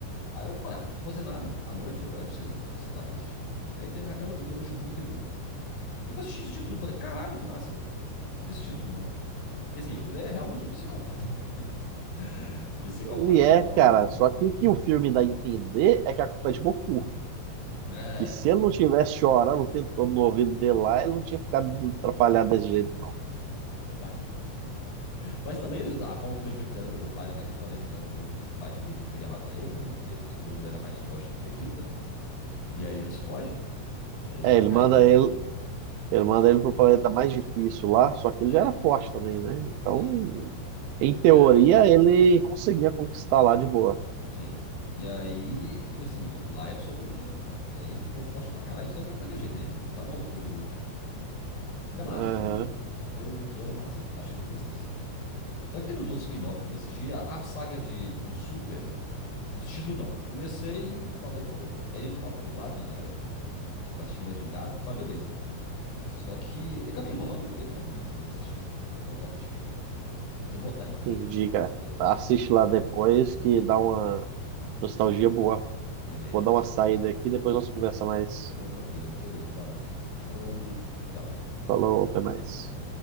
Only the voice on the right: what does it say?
Ele é,
cara,
só que o que o filme dá a entender é que a culpa é de Goku.
Que se ele não tivesse chorando o tempo todo no ouvido dele lá, ele não tinha ficado atrapalhado desse jeito, não.
É,
ele
manda
ele
Ele manda ele pro planeta mais difícil lá, só que
ele já era forte também, né? Então,
em teoria,
ele conseguia conquistar lá de boa.
Aham,
entendi,
cara.
Assiste
lá depois que dá uma nostalgia boa.
Vou dar uma saída aqui, depois nós conversa mais.
Falou, até mais.